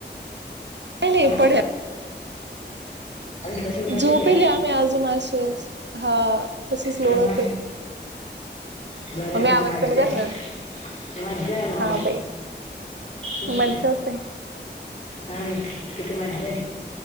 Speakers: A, on the right (about 75°); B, on the left (about 40°).
A: नाही नाही
B: आ
A: पड्या
B: तशीच बसेल
A: झोपेली
B: का
A: आम्ही अजून असच, हा तसच लोळत.
B: हा हा बरं
A: मम्मी
B: आहे
A: आवाज
B: मग मज्जा
A: कमी कर
B: आहे
A: ना.
B: मज्जा आहे मग
A: हा बाई
B: हम्म.
A: माज्याच हे
B: हा ना किती मज्या